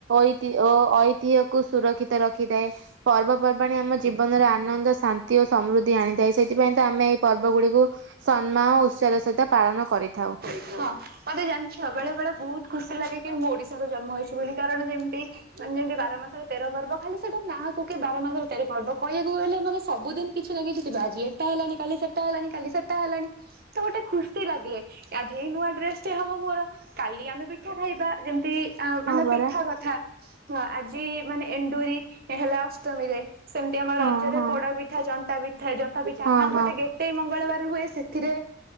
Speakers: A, on the right (about 80°); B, on the right (about 55°).
A: ଐତି ଓ ଐତିହ କୁ ସୁରକ୍ଷିତ ରଖିଥାଏ। ପର୍ବପର୍ବାଣି ଆମ ଜୀବନର ଆନନ୍ଦ ଶାନ୍ତି ଓ ସମୃଦ୍ଧି ଆଣି ଥାଏ। ସେଥିପାଇଁ ତ ଆମେ ଏଇ ପର୍ବଗୁଡିକୁ ସମ୍ମାନ ଓ ଉତ୍ସାହର ସହିତ ପାଳନ କରିଥାଉ।
B: ହଁ, ତମେ ଜାଣିଛ ବେଳେ ବେଳେ ବହୁତ ଖୁସି ଲାଗେ କି ମୁଁ ଓଡିଶାରେ ଜନ୍ମ ହେଇଛି ବୋଲି। କାରଣ ଯେମିତି ମାନେ ଯେମିତି ବାର ମାସର ତେର ପର୍ବ। ଖାଲି ସେଟା ନାଁକୁ କି ବାର ମାସରେ ତେର ପର୍ବ କହିବାକୁ ଗଲେ ମାନେ ସବୁଦିନ କିଛି ନା କିଛି ବାଜେ ଏଟା ହେଲାଣି, କାଲି ସେଟା ହେଲାଣି, କାଲି ସେଟା ହେଲାଣି ତ ଗୋଟେ ଖୁସି ଲାଗେ। ଆଜି ଏଇ ନୂଆ ଡ୍ରେସଟେ ହବ ମୋର। କାଲି ଆମେ ପିଠା ଖାଇବା। ଯେମତି ଆଉ
A: ହଁ
B: ମାନେ
A: ପରା
B: ପିଠା କଥା। ହଁ, ଆଜି ମାନେ ଏଣ୍ଡୁରି ହେଲା ଅଷ୍ଟମୀରେ। ସେମିତି ଆମ
A: ହଁ
B: ରଜରେ
A: ହଁ
B: ପୋଡ ପିଠା, ଜନ୍ତା ପିଠା, ଜନ୍ତା ପିଠା
A: ହଁ
B: ଆଉ ଗୋଟେ ଗୋଟେ ମଙ୍ଗଳବାର ହୁଏ, ସେଥିରେ